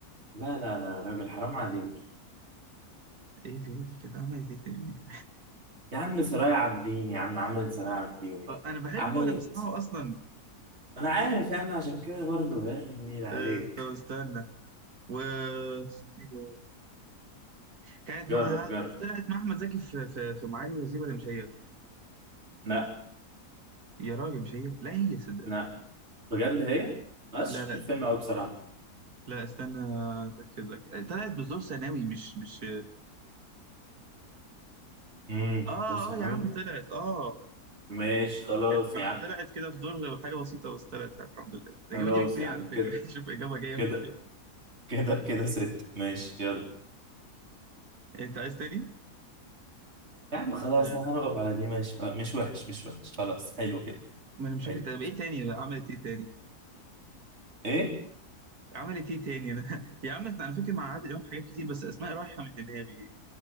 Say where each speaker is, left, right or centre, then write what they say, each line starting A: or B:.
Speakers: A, on the right; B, on the right.
A: لا لا لا راجل حرام عليك
B: ايه تاني كانت عملت ايه تاني
A: يا عم سرايا عابدين يا عم عملت سرايا عابدين
B: <laughs> آه، انا بحبه
A: عملت
B: وانا بسمعه اصلا
A: انا عارف يا عم عشان كده برضه يا أخي النيل عليك
B: أه... طب استنى و اسمه ايه ده كانت
A: جرب
B: معاها
A: جرب
B: طلعت مع احمد زكي في في, في معالي الوزير ولا مش هي
A: لا
B: يا راجل مش هي لا هي صدقني
A: لا بجد هي بس
B: لا
A: شوف
B: لا
A: الفيلم قوي بصراحة
B: لا استنى اتاكد لك طلعت بظروف ثانوي مش مش
A: امم
B: اه
A: بص ثانوي
B: اه يا عم طلعت اه
A: ماشي خلاص
B: كانت مع...
A: يا عم
B: طلعت كده في دور حاجة بسيطة بس طلعت الحمد لله الإجابة
A: خلاص
B: دي بكتير
A: يا عم
B: على
A: كده
B: فكرة <laughs> شوف إجابة جاية
A: كده
B: من فين
A: كده كده ست ماشي يلا
B: أنت عايز تاني؟
A: يا عم خلاص
B: آه.
A: انا هنقف على دي ماشي آه، مش وحش مش وحش خلاص حلو كده
B: ما أنا مش
A: حلو
B: فاكر طب إيه تاني بقى عملت إيه تاني؟
A: ايه
B: عملت إيه تاني أنا <laughs> يا عم أنا فاكر مع عادل إمام حاجات كتير بس أسماء رايحة من دماغي